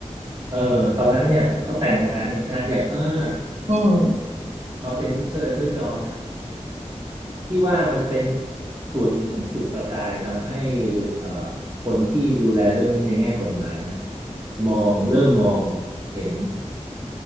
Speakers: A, on the right; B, on the right.
A: เออตอนนั้นเนี่ยเขาแต่งงานเนี่ยงานใหญ่มาก
B: อืม
A: ตอนเป็นเซอร์เอลตันจอห์น ที่ว่ามันเป็นส่วนหนึ่งของจุดประกายทำให้เอ่อคนที่ดูแลเรื่องนี้ในแง่กฎหมายนะมองเริ่มมองเห็น